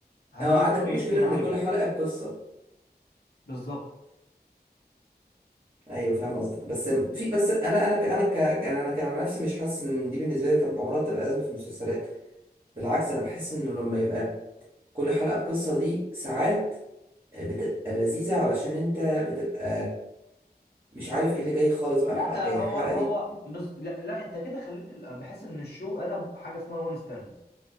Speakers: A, on the left; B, on the right.
A: هنجيب
B: اه عندك
A: مريض
B: مشكله
A: ونعالجه
B: ان كل حلقه بقصه
A: بالظبط
B: ايوه فاهم قصدك بس في بس انا انا ك انا ك يعني انا كان نفسي مش حاسس ان دي بالنسبه لي تبقى عمرها تبقى ازمه في المسلسلات بالعكس انا بحس انه لما يبقى كل حلقه بقصه دي ساعات بتبقى لذيذه علشان انت بتبقى مش عارف ايه اللي جاي خالص بقى
A: لا
B: الحلقه الجايه
A: هو
B: يعني الحلقه
A: هو
B: دي
A: بز... لا, لا انت كده خليت ال- بحس ان الشو قلب حاجة اسمها وان ستاند